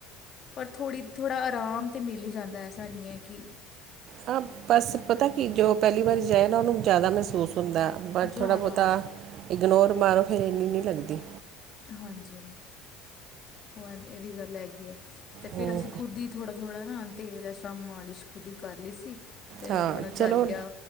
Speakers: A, on the left (about 45°); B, on the right (about 55°).
A: ਪਰ ਥੋੜ੍ਹੀ, ਥੋੜ੍ਹਾ ਆਰਾਮ ਤੇ ਮਿਲ ਜਾਂਦਾ ਐਸਾ ਨਹੀਂ ਹੈ ਕਿ
B: ਹਾਂ, ਬਸ ਪਤਾ ਕਿ ਜੋ ਪਹਿਲੀ ਵਾਰੀ ਜਾਏ ਨਾ ਉਹਨੂੰ ਜ਼ਿਆਦਾ ਮਹਿਸੂਸ ਹੁੰਦਾ। ਪਰ
A: ਜ਼ਿਆਦਾ
B: ਥੋੜ੍ਹਾ ਬਹੁਤਾ ਇਗਨੋਰ ਮਾਰੋ ਫਿਰ ਇਨੀ ਨਹੀਂ ਲੱਗਦੀ।
A: ਹਾਂਜੀ, ਉਹ ਇਹ ਵੀ ਗੱਲ ਹੈਗੀ ਹੈ ਕਿ। ਅਤੇ ਫਿਰ
B: ਹਮ,
A: ਅਸੀਂ ਖੁੱਦ ਥੋੜ੍ਹਾ ਥੋੜ੍ਹਾ ਹਾ ਨਾ ਤੇਲ ਮਾਲਿਸ਼ ਖੁੱਦੀ ਹੀ ਕਰ ਲਈ ਸੀ। ਅਤੇ
B: ਹਾਂ
A: ਥੋੜ੍ਹਾ
B: ਚਲੋ
A: ਚੱਲ ਗਿਆ।